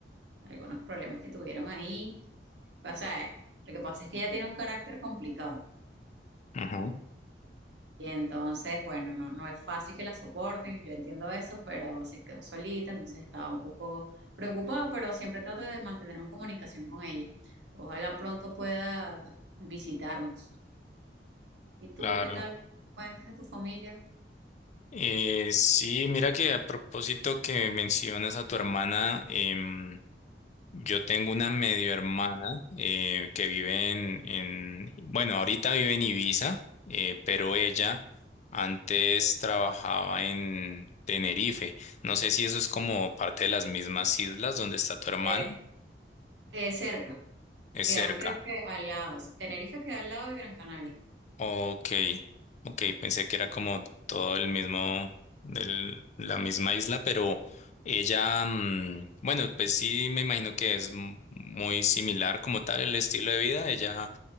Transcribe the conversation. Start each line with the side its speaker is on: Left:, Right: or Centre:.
Right: algunos problemas que tuvieron ahí. O sea, lo que pasa es que ella tiene un carácter complicado
Left: ujú,
Right: y entonces, bueno, no, no es fácil que la soporten, yo entiendo eso, pero se quedó solita, entonces estaba un poco preocupada, pero siempre trato de mantener una comunicación con ella. Ojalá pronto pueda visitarnos. ¿Y tú
Left: Claro.
Right: qué tal? ¿Cuentas de tu familia?
Left: Eh, sí, mira que a propósito que mencionas a tu hermana, em, Yo tengo una medio hermana eh, que vive en, en- bueno, ahorita vive en Ibiza, eh, pero ella antes trabajaba en Tenerife. No sé si eso es como parte de las mismas islas donde está tu hermana.
Right: Eh, eh, cerca,
Left: Es
Right: quedan
Left: cerca.
Right: creo que al lado. Tenerife queda al lado de Gran Canaria.
Left: Ok, ok, pensé que era como todo el mismo, del- la misma isla, pero ella, mm, bueno, pues sí, me imagino que es m- muy similar como tal el estilo de vida. Ella